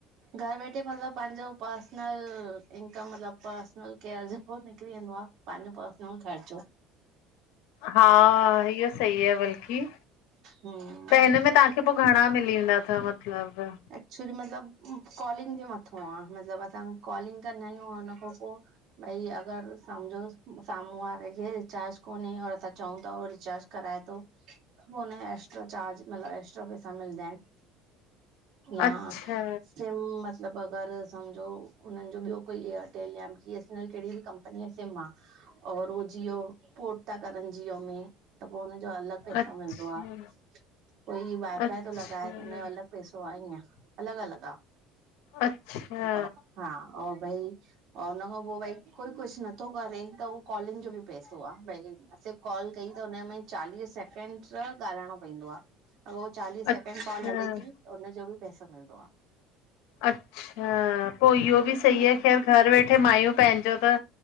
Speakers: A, on the right; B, on the left.
A: घर वेठे मतलबु पंहिंजो पर्सनल इन्कम मतलब पर्सनल केयर जो निकिरी वेंदो आ। पांहिंजो पर्सनल खर्चो।
B: हा, इहो सही आहे बल्कि।
A: हम्म
B: त हिन में तहांखे पो घणां मिली वेंदा थव मतिलबु?
A: एक्चुली मतिलबु कॉलिंग जे मथों आ मतिलबु असां कॉलिंग कंदा आहियूं औं उन्ह खां पो भई अगर सम्झो साम्हूं वारे खे रिचार्ज कोन्हे और असां चऊं ता हो रिचार्ज कराए तो पो हुन ॼा एक्स्ट्रा चार्ज मतिलबु एक्स्ट्रा पैसा मिलदा आहिन। या
B: अच्छा
A: सिम म मतिलबु अगरि सम्झो हुननि जो ॿियो कोई एयरटेल या बी एस एन ल कहिड़ी ॿि कंपनी जो सिम आ, और हो जियो पोर्ट ता करन जियो में त पो हुनजो अलॻि पैसो
B: अच्छा
A: मिलदो आ। कोई वाइफाए
B: अच्छा
A: तो लॻाए त उन ॼो अलग पैसो ईंअ अलॻिअलॻि
B: अच्छा
A: आ, हा और भई औ उन्ह खां पो भई कोई कुछ न थो करे त उओ कॉलिन्ग ॼो ॿि पैसो आ, भई सिर्फ कॉल कई त उनमें चालीह सैकिंडृ ॻाल्हाइणों पइंदो आ, अगर हो चालीह
B: अच्छा
A: सैकिंड कॉल हले ती त उन्हजो ॿि पैसो मिलदो आ।
B: अच्छा पो इहो
A: निकिरी
B: ॿि सही
A: वें
B: आहे ख़ैर घर वेठे मायूं पंहिंजो त